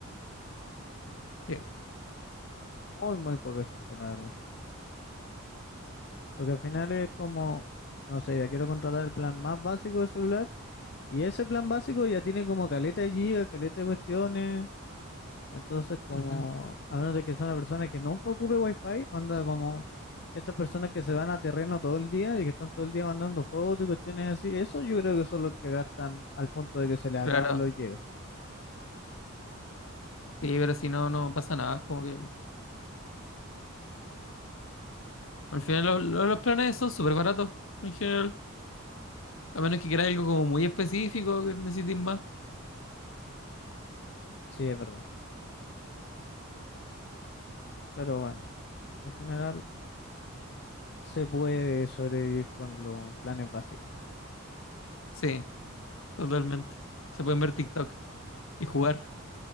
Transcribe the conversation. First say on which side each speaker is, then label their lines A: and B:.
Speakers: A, on the left; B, on the left.
A: Sí.
B: Muy, muy poca gente, la verdad. Porque al final es como, no sé, ya quiero contratar el plan más básico de celular y ese plan básico ya tiene como caleta de gigas, caleta de cuestiones. Entonces, como,
A: ujú,
B: a menos de que sea una persona que nunca ocupe wifi, onda como estas personas que se van a terreno todo el día y que están todo el día mandando fotos y cuestiones así, eso yo creo que son los que gastan al punto de que se les acaban
A: Claro.
B: los gigas.
A: Sí, pero si no, no pasa nada. Como que al final los, los- los planes son súper baratos en general. A menos que quieras algo como muy específico que necesites más.
B: Sí, es verdad. Pero bueno. En general. se puede sobrevivir con los planes básicos.
A: Sí, totalmente. Se pueden ver TikTok y jugar.
B: Se vuelve